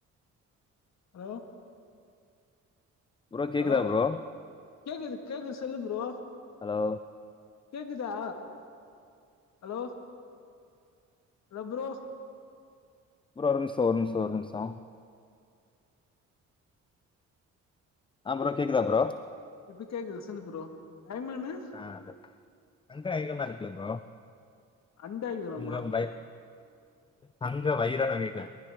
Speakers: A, on the left; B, on the left.
A: ஹலோ
B: <inaudible> கேக்குதா
A: அலோ
B: ப்ரோ
A: கேக்குது கேக்குது சொல்லு ப்ரோ
B: ஹலோ
A: கேக்குத்ஆ அலோ அலோப்ரோ
B: ப்ரோ ஒரு நிமிஷ ஒரு நிமிஷ ஒரு நிமிஷோ ஆப்ரோ கேக்குதா ப்ரோ
A: இப்ப கேக்குது சொல்லு ப்ரோ டைம்மெனு
B: ஆ அது ரெண்டு ஐ ல தா இருக்கு ப்ரோ
A: அண்டாயிரமா
B: அங்க பை தங்க வய்ர நகைகள்